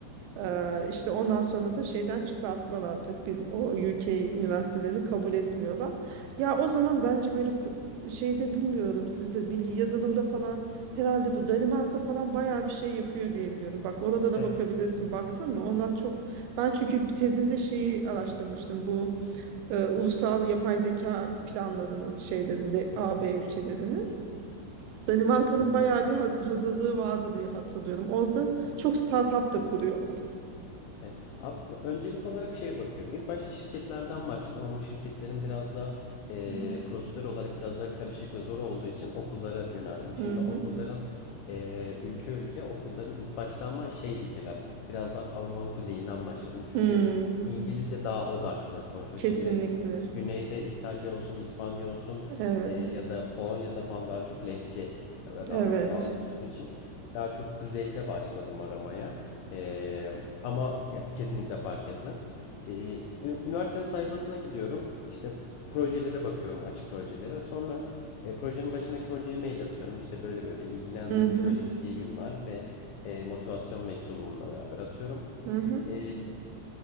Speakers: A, on the left (about 85°); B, on the right (about 85°).
A: Hmm.
B: Ee, işte ondan sonra da şeyden çıkarttılar artık bir, o UK üniversitelerini kabul etmiyorlar. Ya o zaman bence böyle ku- şeyde bilmiyorum sizde bilgi yazılımda falan herhalde bu Danimarka falan bayağı bir şey yapıyor diye biliyorum. Bak oralara
A: Evet.
B: bakabilirsin. Baktın mı? Onlar çok ben çünkü tezimde şeyi araştırmıştım. Bu e, ulusal yapay zeka planlarını şeylerinde
A: Hı
B: AB
A: hı.
B: ülkelerini. Danimarka'nın
A: Evet
B: bayağı bir ha- hazırlığı vardı diye hatırlıyorum. Orada çok startup da kuruyorlar.
A: Evet. Abi, öncelik olarak şeye bakıyorum. İlk başta şirketlerden başladım ama şirketlerin biraz da eee,
B: Hmm.
A: prosedür olarak biraz daha karışık ve zor olduğu için okullara yöneldim. Şimdi
B: Hı hı.
A: okulların eee, ülke ülke okulların ilk başta ama şey ülkeler biraz daha Avrupa'nın kuzeyinden başladım. Çünkü
B: Hmm.
A: İngilizce daha odaklı konuşuyor.
B: Kesinlikle.
A: Şimdi Güneyde İtalya olsun, İspanya olsun
B: Evet.
A: e, ya da Polonya'da falan daha çok lehçe ve
B: Evet.
A: de Almanya'da Almanca olduğu için daha çok kuzeyde başladım aramaya. E, ama ya, kesinlikle fark etmez. E, ü- üniversitenin sayfasına gidiyorum. İşte projelere bakıyorum, açık projelere. Sonra e, projenin başındaki hocaya mail atıyorum. İşte böyle böyle ilgilendim.
B: Hı hı.
A: Şöyle bir CV'm var ve e, motivasyon mektubumla beraber atıyorum.
B: Hı hı. Hı hı.
A: E,